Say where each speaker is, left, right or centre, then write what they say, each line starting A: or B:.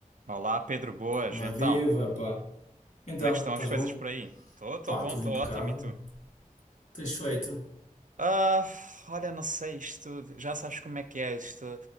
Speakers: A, on the right; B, on the left.
A: Olá, Pedro Boas.
B: Olá,
A: Então,
B: viva, pá. Então,
A: como é que estão
B: estás
A: as coisas
B: bom?
A: por aí? Tô, tô
B: Pá,
A: bom,
B: tudo
A: tô
B: impecável.
A: ótimo, e tu?
B: Tens feito?
A: Ah, olha, não sei, isto, já sabes como é que é isto.